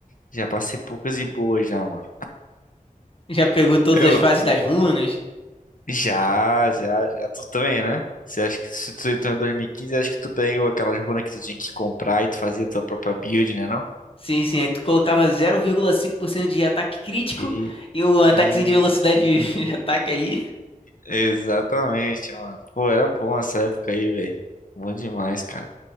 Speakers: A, on the left (about 70°); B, on the left (about 40°).
A: já passei poucas e boas já, mano.
B: Já pegou todas
A: Eu,
B: as fases das runas?
A: já, já, já. Tu também, né? Você acha que se tu entrou em 2015, acho que tu pegou aquelas runas que tu tinha que comprar e tu fazia tua própria build, né, não?
B: Sim, sim, aí tu colocava 0,5% de ataque crítico
A: E
B: e um ataquezinho
A: isso.
B: de velocidade de <laughs> de ataque ali.
A: Exatamente, mano. Pô, era bom essa época aí, velho. Bom demais, cara.